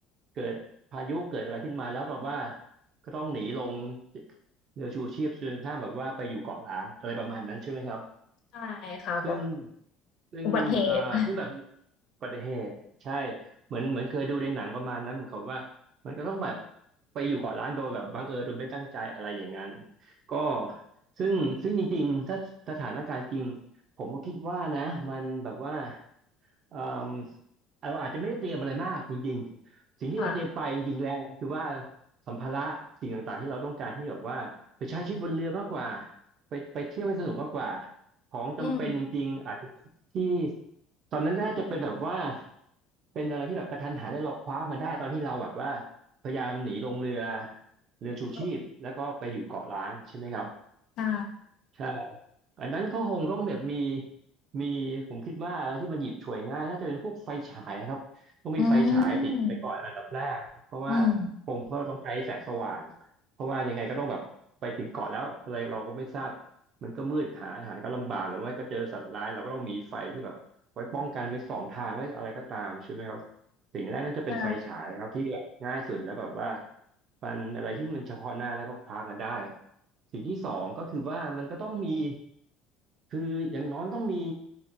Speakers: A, on the right; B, on the left.
A: เกิดพายุเกิดอะไรขึ้นมาแล้วแบบว่าก็ต้องหนีลงเรือชูชีพจนกระทั่งแบบว่าไปอยู่เกาะล้างอะไรประมาณนั้นใช่ไหมครับ
B: ใช่ค่ะแบบ
A: ซึ่งซึ่งอ่าซึ่งแบบ
B: อุบัติเหตุ
A: อุบัติเหตุอะใช่เหมือนเหมือนเคยดูในหนังประมาณนั้นเหมือนกับว่ามันก็ต้องแบบไปอยู่เกาะล้างโดยแบบบังเอิญโดยไม่ตั้งใจอะไรอย่างนั้นก็ซึ่งซึ่งจริงๆถ้าสถานการณ์จริงผมก็คิดว่านะมันแบบว่าเอ่มเราอาจจะไม่ได้เตรียมอะไรมากจริงๆสิ่งที่เราเตรียมไปจริงๆแล้วคือว่า
B: <laughs> ค่ะ
A: สัมภาระสิ่งต่างๆที่เราต้องการที่แบบว่าไปใช้ชีวิตบนเรือมากกว่าไปไปเที่ยวให้สนุกมากกว่า ของจำเป็นจริงๆ
B: อืม
A: อาจจะที่ตอนนั้นก็น่าจะเป็นแบบว่าเป็นอะไรที่แบบกระทันหันแล้วเราคว้ามันได้ตอนที่เราแบบว่าพยายามหนีลงเรือเรือชูชีพแล้วก็ไปอยู่เกาะล้างใช่ไหมครับ
B: แล้วใช่
A: ใช่อันนั้นเขาคงต้องแบบมีมีผมคิดว่าอะไรที่มันหยิบฉวยง่ายน่าจะเป็นพวกไฟฉายอะครับต้องมีไฟฉายติดไปก่อนอันดับแรกเพราะว่าคงเขาต้องใช้แสงสว่างเพราะว่ายังไงก็ต้องแบบไปถึงเกาะแล้วอะไรเราก็ไม่ทราบ
B: อืมอืม
A: มันก็มืดหาอาหารก็ลำบากหรือไม่ก็เจอสัตว์ร้ายเราก็ต้องมีไฟที่แบบไว้ป้องกันไว้สองทางไว้อะไรก็ตามใช่ไหมครับ สิ่งแรกนั่นจะเป็นไฟฉายครับที่แบบง่ายสุดแล้วแบบว่า
B: ใช่
A: มันอะไรที่มันเฉพาะหน้าแล้วก็คว้ามาได้สิ่งที่สองก็คือว่ามันก็ต้องมีคืออย่างน้อยต้องมี